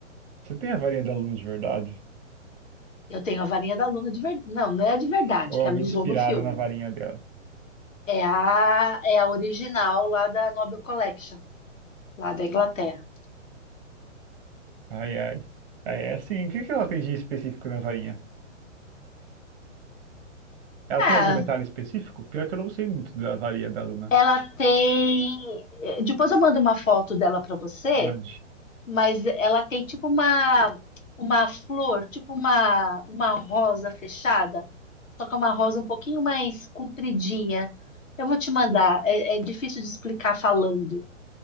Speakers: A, on the right; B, on the left.
A: Você tem a varinha da aluna de verdade?
B: Eu tenho a varinha da Luna de verdade. Não, não é a de verdade,
A: Ou
B: que
A: é uma
B: ela usou
A: inspirada
B: no filme.
A: na varinha dela?
B: É a, é a original lá da Nobel Collection, lá da Inglaterra.
A: Ai, ai. Ai, É assim, o que que ela tem de específico na varinha? Ela
B: Ah,
A: tem algum detalhe específico? Pior que eu não sei muito da varinha da Luna.
B: ela tem. Depois eu mando uma foto dela para você,
A: Mande.
B: mas ela tem tipo uma, uma flor, tipo uma, uma rosa fechada, só que é uma rosa um pouquinho mais compridinha. Eu vou te mandar, é, é difícil de explicar falando.